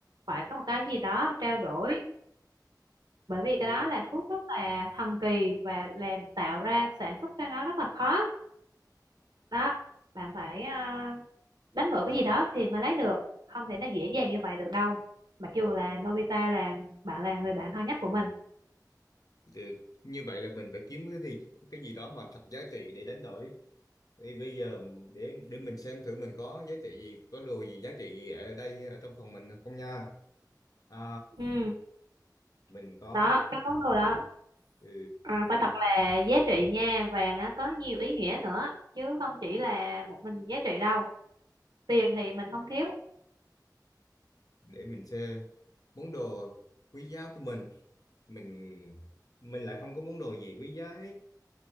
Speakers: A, on the right; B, on the left.
A: phải có một cái gì đó trao đổi bởi vì cái
B: Thì,
A: đó là thuốc rất là thần kỳ và làm tạo ra sản xuất ra nó rất là khó đó bạn phải ờ, đánh đổi cái gì đó thì mới lấy được không thể nào dễ dàng như vậy được đâu mặc dù là Nobita là bạn là người bạn thân nhất của mình
B: được, như vậy là mình phải kiếm cái gì, cái gì đó mà thật giá trị để đánh đổi. Thì bây giờ để để mình xem thử mình có giá trị gì, có đồ gì giá trị gì ở đây ở trong phòng mình không nha. À,
A: ừ
B: mình có
A: đó cái món đồ đó
B: ừ,
A: à, phải thật là giá trị nha và nó có nhiều ý nghĩa nữa chứ không chỉ là một mình giá trị đâu tiền thì mình không thiếu
B: để mình xem món đồ quý giá của mình. Mình mình lại không có món đồ gì quý giá hết.